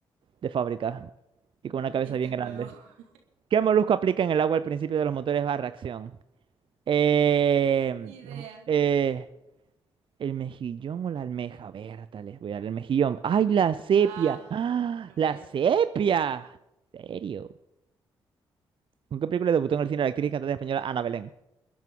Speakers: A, on the right (about 50°); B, on the right (about 80°).
A: de fábrica y con una
B: Odio
A: cabeza
B: este
A: bien
B: juego.
A: grande.
B: <laughs>
A: ¿Qué molusco aplica en el agua al principio de los motores a reacción? Em,
B: Ni idea.
A: eh, ¿el mejillón o la almeja? A ver, tal vez voy a dar el mejillón. ¡Ay, la sepia!
B: ¡Ah!
A: ¡Ah,
B: No
A: la
B: puede
A: sepia!
B: ser.
A: ¿En serio? ¿Con qué película debutó en el cine la actriz y cantante española Ana Belén?